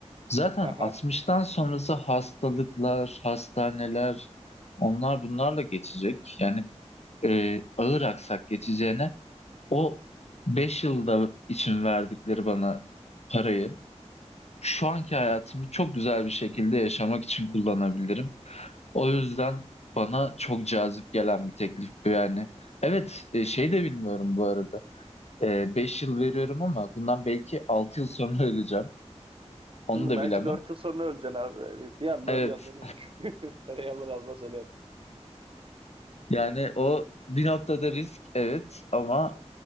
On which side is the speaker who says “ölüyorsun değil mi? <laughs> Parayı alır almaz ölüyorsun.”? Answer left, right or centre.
Right